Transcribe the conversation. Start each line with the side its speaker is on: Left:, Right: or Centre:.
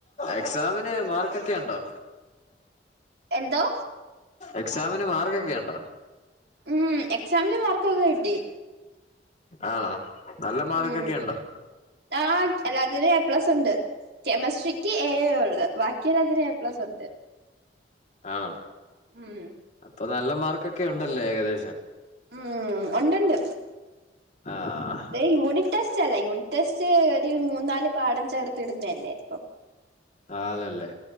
Left: എക്സാമിന് മാർക്കൊക്കെ ഇണ്ടോ?
Right: എന്തോ
Left: എക്സാമിന് മാർക്കൊക്കെയുണ്ടോ?
Right: മ് എക്സാമിന് മാർക്കൊക്കെ കിട്ടി
Left: ആണോ? നല്ല മാർക്കൊക്കെ
Right: ഉം
Left: ഉണ്ടോ
Right: ആഹ് എല്ലാത്തിനും എ പ്ലസ് ഇണ്ട് കെമിസ്ട്രിക്ക് എ ഉള്ളു ബാക്കി എല്ലാത്തിനും എ പ്ലസ് ഉണ്ട്.
Left: ആണോ
Right: മ്
Left: അപ്പൊ നല്ല മാർകൊക്കെ ഉണ്ടല്ലെ ഏകദേശം
Right: ഉം ഒണ്ട്ണ്ട്
Left: ആഹ്
Right: യൂണിറ്റ് ടെസ്റ്റല്ലെ യൂണിറ്റ് ടെസ്റ്റ് ഒര് മൂന്നാല് പാടം ചേർത്തിട്ന്നല്ലെ അപ്പൊ
Left: ആണല്ലെ